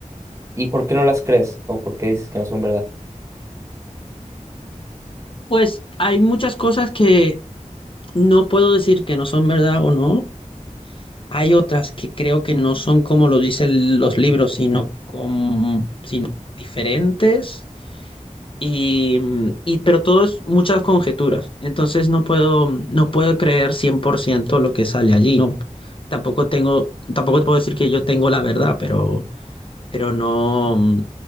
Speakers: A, on the right; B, on the left.
A: ¿Y por qué no las crees? ¿O por qué dices que no son verdad?
B: Pues hay muchas cosas que no puedo decir que no son verdad o no. Hay otras que creo que no son como lo dicen los libros, sino como diferentes y, mm, y pero todo es muchas conjeturas, entonces no puedo no puedo creer 100% lo que sale allí. No, tampoco tengo tampoco te puedo decir que yo tengo la verdad, pero pero no mm,